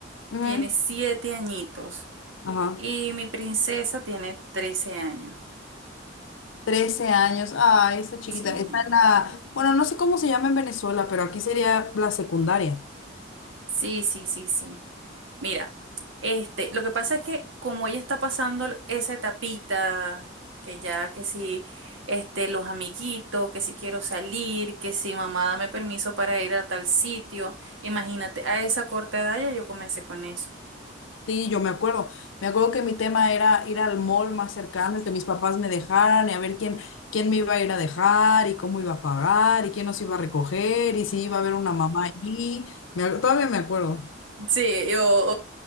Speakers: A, on the left (about 75°); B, on the right (about 75°).
A: Ujú.
B: tiene siete añitos
A: Ajá.
B: y mi princesa tiene trece años.
A: trece años. Ay, esta chiquita.
B: Sí,
A: Está en la, bueno, no sé cómo se llama en Venezuela, pero aquí sería la secundaria.
B: sí, sí, sí, sí. Mira, este, lo que pasa es que como ella está pasando esa etapita, que ya que si este, los amiguitos, que si quiero salir, que si mamá dame permiso para ir a tal sitio, imagínate, a esa corta edad ya yo comencé con eso.
A: Sí, yo me acuerdo. Me acuerdo que mi tema era ir al mall más cercano y que mis papás me dejaran y a ver quién, quién me iba a ir a dejar y cómo iba a pagar y quién nos iba a recoger y si iba a haber una mamá allí. Me ac- todavía me acuerdo.
B: Sí, yo